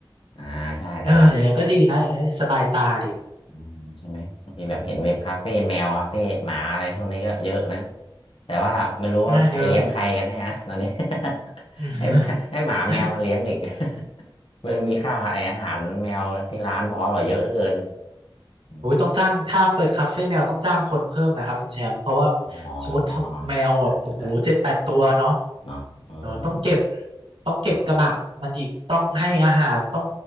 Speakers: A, on the left; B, on the right.
A: อ่าใช่แต่แบบ
B: เอออย่างนั้นก็ดีนะอย่างนั้นสบายตาดี
A: อืมใช่ไหมบางทีแบบเห็นเว็บคาเฟ่แมวคาเฟ่หมาอะไรช่วงนี้ก็เยอะนะแต่ว่าไม่รู้ว่าใครเลี้ยงใครกันแน่นะตอนนี้
B: งานเยอะ
A: <laughs>
B: อ
A: ให้หมาให้หมาแมวมาเลี้ยงอีก
B: ืม
A: <laughs> มันมีค่าไออาหารแมวที่ร้านพอหรอเยอะเหลือเกินอม
B: โอ้ยต้องจ้างถ้าเปิดคาเฟ่แมวต้องจ้างคนเพิ่มนะครับคุณแชมป์เพราะว่า
A: อ๋อ
B: สมมติแมวแบบโอ้โหเจ็ดแปดตัวเนาะ
A: จริงด้วยจริงด้วยเนาะเออ
B: เนาะต้องเก็บต้องเก็บกระบะมันอีกต้องให้อาหารต้อง
A: อ๋อ